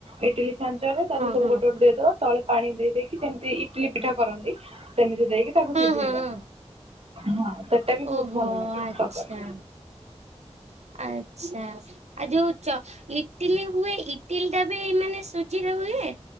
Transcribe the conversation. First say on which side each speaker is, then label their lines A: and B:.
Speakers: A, on the right; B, on the right.
A: ଇଟିଲି ଛାଞ୍ଚରେ ତାକୁ ସବୁ
B: ହଁ।
A: ଗୋଟେ ଗୋଟେ ଦେଇଦବା ତଳେ ପାଣି ଦେଇେଇକି ସେମିତି ଇଟିଲି ପିଠା କରନ୍ତି ସେମିତି ଦେଇକି ତାକୁ
B: ହଁ
A: ସିଝେଇବା
B: ହଁ
A: ହଁ ସେଟା ବି ବହୁତ
B: ଓହୋ
A: ଭଲ ଲାଗେ
B: ଆଚ୍ଛା। ଆଚ୍ଛା ଆଉ ଯୋଉ ଇଟିଲି ହୁଏ ଇଟିଲି ଟା ବି ମାନେ ସୁଜିରେ ହୁଏ